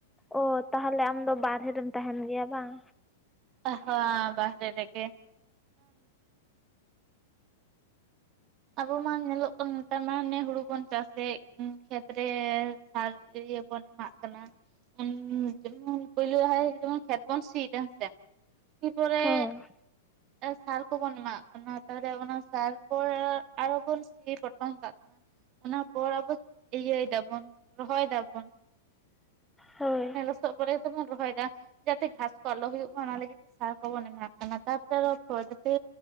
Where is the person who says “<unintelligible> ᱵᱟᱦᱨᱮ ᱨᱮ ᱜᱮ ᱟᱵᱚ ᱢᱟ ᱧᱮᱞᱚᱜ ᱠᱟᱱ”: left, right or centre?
Right